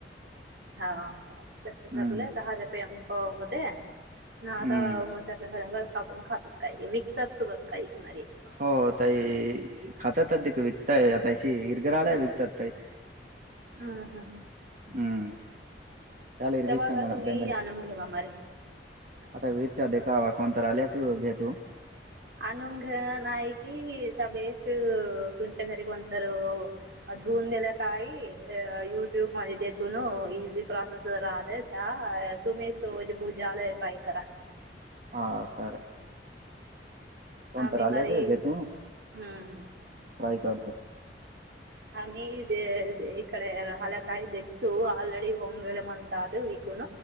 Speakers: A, on the right (about 65°); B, on the right (about 50°).
A: हा.. हा तसच
B: हम्म
A: आपल. कहा गतय हो होत्या. ह आता
B: हम्म
A: मटातल आपण खातात काय? विकतात सुद्धा काही विकणारे.
B: हो ताई खातात अधीक विकताय आता अशी विरजणाला विकतात ताई.
A: ह्म्म्म ह्म्म..
B: ह्म्म.. त्याला हरगष्ांग
A: बघा
B: ना
A: तुम्ही
B: बेंगल
A: आणून घे मारे
B: आता विरच्या देखावा कोणत आलेक घेतो <unintelligible>
A: अनुंग नाही कि त्या बेस तुमच्या घरी कोणत धुन दिल्या काही अ युट्युब मध्ये देखून इझी प्रोसेस राहत तुम्ही सज भुजाल ट्राय करा <unintelligible>
B: हा सर. कोणतर
A: आमही
B: आल्याक
A: मारी
B: घेतो
A: हम्म <unintelligible>
B: फ्राय करतो.
A: आ मही इकडे राले काय देक्तू आलरेडी होंगेले मणंत आत विकून